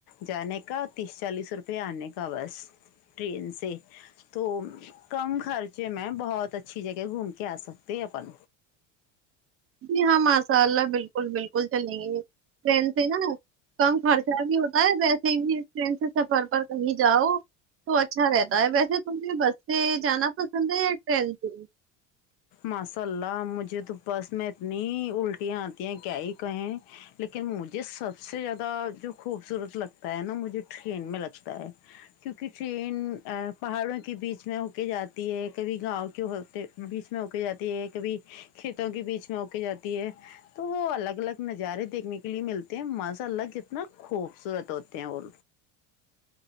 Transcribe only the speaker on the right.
جی ہاں ماشاء اللہ بالکل بالکل چلیں گے ٹرین سے نا کم خرچہ بھی ہوتا ہے ویسے ہی بھی ٹرین سے سفر پر کہیں جاؤ تو اچھا رہتا ہے ویسے تمیں بس سے جانا پسند ہے یا ٹرین سے